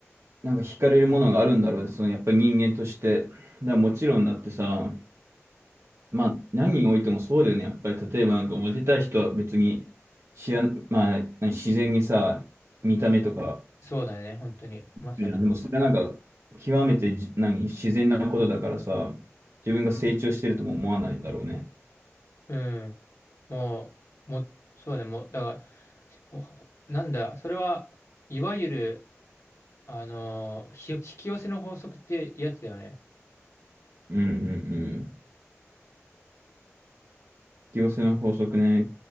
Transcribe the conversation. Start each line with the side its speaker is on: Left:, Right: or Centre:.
Right: なんか惹かれるものがあるんだろうね。そのやっぱり人間として。だからもちろんだってさ、まあ何においてもそうだよね。やっぱり例えばなんかモテたい人は別に知らん、まあ何自然にさ、見た目とか
Left: そうだね。本当に。まさに。
Right: いや、でもそれはなんか極めてじ何自然なことだからさ、自分が成長してるとも思わないんだろうね。
Left: うん。もう、も、そうね、もう、だから、ほほなんだ、それは、いわゆる、あのーひ引き寄せの法則ってやつだよね。
Right: うんうんうん。引き寄せの法則ね。